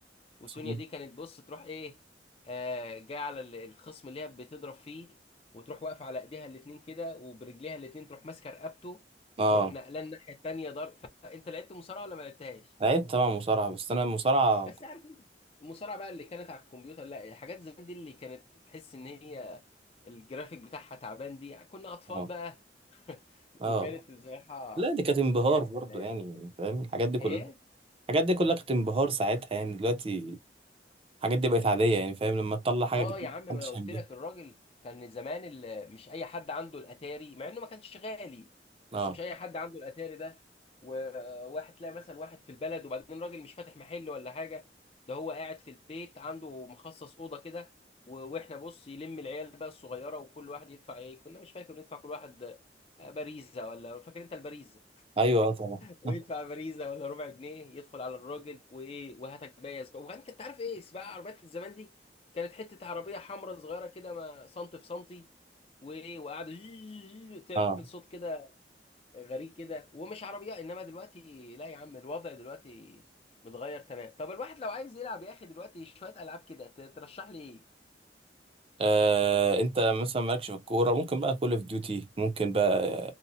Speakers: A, on the left (about 35°); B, on the right (about 30°).
A: وسونيا
B: والله
A: دي كانت بص تروح ايه آه جايه على ال- الخصم اللي هي بتضرب فيه وتروح واقفه على ايديها الاتنين كده وبرجليها الاتنين تروح ماسكه رقبته وتروح
B: اه
A: نقلان الناحيه التانيه ضرب فانت لعبت مصارعه ولا ما لعبتهاش؟
B: لعبت طبعا مصارعة بس انا المصارعة
A: بس
B: كنت-
A: عارف انت المصارعه بقى اللي كانت على الكمبيوتر لا الحاجات زمان دي اللي كانت تحس ان هي الجرافيك بتاعها تعبان دي كنا اطفال
B: اه
A: بقى
B: اه
A: وكانت بصراحه
B: لا دي كانت انبهار
A: يا سلام
B: برضو يعني فاهم الحاجات دي كلها
A: ايه
B: الحاجات دي كلها كانت انبهار ساعتها يعني دلوقتي الحاجات دي بقت عادية يعني فاهم لما تطلع حاجة
A: اه
B: جديدة
A: يا عم ما
B: محدش
A: انا قلت
B: هينبهر
A: لك الراجل كان زمان ال- مش اي حد عنده الاتاري مع انه ما كانش غالي بس
B: اه
A: مش اي حد عنده الاتاري ده وواحد تلاقي مثلا واحد في البلد وبعدين راجل مش فاتح محل ولا حاجه ده هو قاعد في البيت عنده مخصص اوضه كده و- واحنا بص يلم العيال بقى الصغيره وكل واحد يدفع ايه كنا مش فاكر ندفع كل واحد آه، باريزه ولا فاكر انت الباريزه
B: ايوه اه طبعا
A: ويدفع
B: <laughs>
A: فريزه ولا ربع جنيه يدخل على الراجل وايه وهاتك بقى يا سباق وبعدين كنت عارف ايه سباق عربيات الزمان دي كانت حته عربيه حمراء صغيره كده ما سنتي في سنتي وايه وقعدوا <laughs> تعمل
B: اه
A: صوت كده غريب كده ومش عربيه انما دلوقتي لا يا عم الوضع دلوقتي متغير تمام طب الواحد لو عايز يلعب يا اخي دلوقتي شويه العاب كده ت- ترشح لي ايه
B: آه، انت مثلا مالكش في الكورة ممكن بقى كول اوف ديوتي ممكن بقى